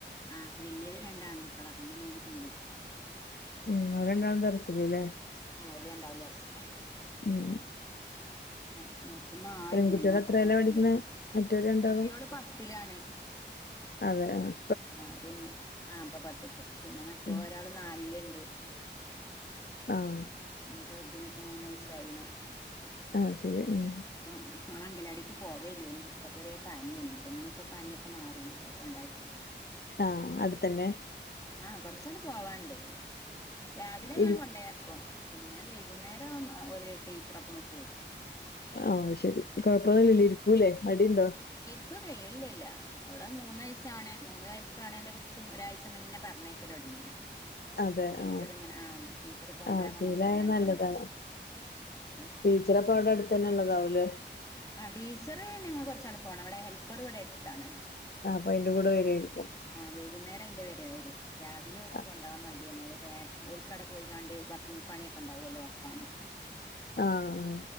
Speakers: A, on the left; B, on the left.
A: ആഹ് വലിയത് രണ്ട് ആൺകുട്ടളാ പിന്നെ മൂന്ന് പെൺകുട്ടളാ
B: ഉം ഓരണ്ടാളും ദർസിൽ ല്ലെ
A: ആഹ് ഓൽ രണ്ടാളും ദർസ്സിലാ
B: ഉം
A: അ അ അപ്പന്ന ആരുല്ല
B: പെൺകുട്ടികള്
A: ഞാൻ
B: എത്രേലാ
A: ഒറ്റക്കുളളു
B: പഠിക്കണെ മറ്റോര് രണ്ടാളും
A: വല്യോള് പത്തിലാണ്
B: അതെ ആഹ്
A: ആഹ് അതെനെ ആഹ് ഇപ്പൊ പത്ത്ക്ക് പിന്നെ മറ്റോള്
B: ഉം
A: ഒരാള് നാലിൽണ്ട്
B: ആഹ്
A: ന്റെതിന് ഇപ്പം മൂന്ന് വയസായി ണ്
B: ആഹ് ശരി ആഹ്
A: അപ്പം ഓള് അങ്കനവാടിക്ക് പോവേനി ഇനിക്ക ഇത് വരെ പനിയേനിം അപ്പൊ ഇന്ന്പ്പ പനിയൊക്കെ മാറീന് പ്പൊങ്ങട്കൊണ്ടാക്കീ
B: ആഹ് അടുത്തന്നെ
A: ആഹ് കൊറച്ചങ്ങട് പോവാണ്ട് രാവിലെ ഞാൻ
B: ഉം
A: കൊണ്ടോയാക്കും പിന്നെ വൈകുന്നേരം ഓല് ടീച്ചറൊപ്പം ഇങ്ങട് പോരും
B: ആഹ് ശെരി കൊഴപ്പൊന്നുല്ലല്ലോ ഇരിക്കൂലേ മടീണ്ടോ
A: <unintelligible> ഇല്ലില്ല അവൾ മൂന്ന് വയസ്സാണേ മൂന്ന് വയസ്സാണേൻ്റെ കുറച്ച് ഒരാഴ് ച്ചമുന്നേ പറഞ്ഞയക്കല് തുടങ്ങീന്
B: അതെ
A: ടീച്ചറിങ്ങനെ
B: ആഹ്
A: ആഹ് ടീച്ചർ കൊണ്ട്വരാൻ
B: ആഹ്
A: പറഞ്ഞപ്പ
B: ശീലായ
A: അങ്ങനെ ങ്ങട്ട്
B: നല്ലതാണ്
A: കൊണ്ടോയി ആഹ് ആഹ് ആഹ്
B: ടീച്ചറപ്പ അവിടെ അടുത്ത് തന്നെ ള്ളതാവൂല്ലേ
A: ആഹ് ടീച്ചറ് ഞങ്ങള് കുറച്ച് അടുപ്പാണ് അവിടെ ഹെൽപ്പറും ഇവിടെ അടുത്താണ്
B: ആഹ് അപ്പൊ അയിന്റെ കൂടെ വര്വാരിക്കും
A: ആഹ് വൈകുന്നേരം അയ്ന്റെ വരെ വരും രാവിലെ ഓക്ക്
B: ആഹ്
A: കൊണ്ടോവാൻ മടിയാണ് ഓല് നേർ ഓൽക്കവ്ടെ പോയികാണ്ട് പണിയൊക്കെ ഉണ്ടാവുല്ലോ വെക്കാനൊക്കെ
B: ആഹ്